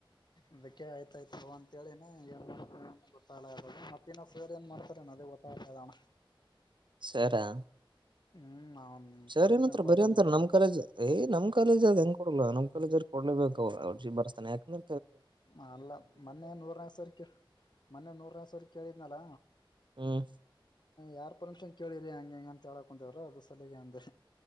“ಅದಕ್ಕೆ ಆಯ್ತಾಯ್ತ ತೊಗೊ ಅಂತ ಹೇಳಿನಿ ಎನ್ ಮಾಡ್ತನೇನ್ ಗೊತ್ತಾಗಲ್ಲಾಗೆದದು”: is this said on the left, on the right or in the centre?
Left